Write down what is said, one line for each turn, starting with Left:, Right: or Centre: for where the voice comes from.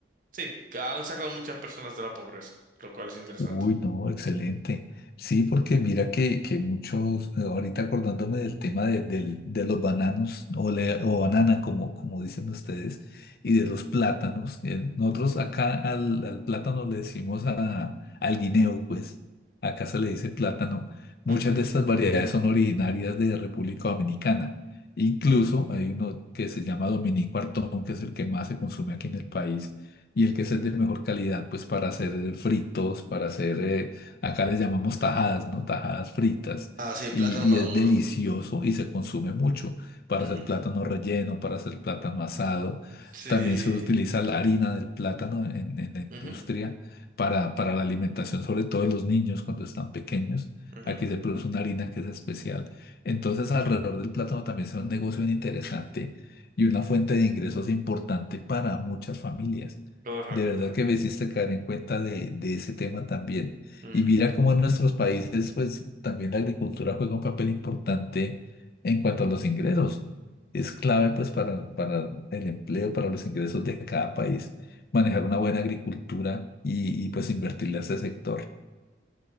Right: sí, que han sacado muchas personas de la pobreza, lo cual es interesante.
Left: Uy, no, excelente. Sí, porque mira que, que muchos, eh, ahorita acordándome del tema de, del- de los bananos o, le- o banana, como, como dicen ustedes, y de los plátanos. eh, nosotros acá al, al plátano le decimos a, al guineo, pues acá se le dice plátano. Muchas
Right: Ujú,
Left: de estas variedades son originarias de República Dominicana. Incluso hay uno que se llama Dominico Artón, que es el que más se consume aquí en el país y el que es el de mejor calidad, pues para hacer eh, fritos, para hacer, eh, acá les llamamos tajadas, ¿no? Tajadas fritas.
Right: Ah, sí,
Left: Y,
Right: plátano maduro.
Left: y es delicioso y se consume mucho para
Right: ujú.
Left: hacer plátano relleno, para hacer plátano asado.
Right: Sí,
Left: También se utiliza la harina del plátano en, en la industria
Right: ujú,
Left: para, para la alimentación, sobre todo de los niños cuando están pequeños.
Right: ujú.
Left: Aquí se produce una harina que es especial. Entonces, alrededor del plátano también es un negocio bien interesante y una fuente de ingresos importante para muchas familias.
Right: Correcto.
Left: De verdad que me hiciste caer en cuenta de, de ese tema también.
Right: ujú.
Left: Y mira cómo en nuestros países, pues también la agricultura juega un papel importante en cuanto a los ingresos. Es clave, pues, para, para el empleo, para los ingresos de cada país, manejar una buena agricultura y, y pues, invertirle a ese sector.